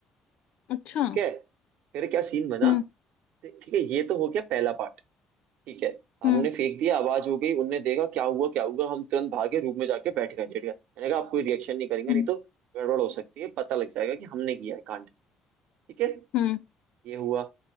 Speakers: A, on the left; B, on the right.
A: अच्छा
B: ठीक है फिर क्या सीन बना
A: हम्म
B: ठीक है ये तो हो गया पहला पार्ट ठीक है हमने
A: हम्म
B: फेंक दिया आवाज हो गई उनने देखा क्या हुआ क्या हुआ हम तुरंत भागे रूम में जाके बैठ गए लेट गए मैंने कहा आप कोई रिएक्शन नहीं करेंगे
A: हम्म
B: नहीं तो गड़बड़ हो सकती है पता लग जाएगा कि हमने किया है कांड ठीक है
A: हम्म
B: ये हुआ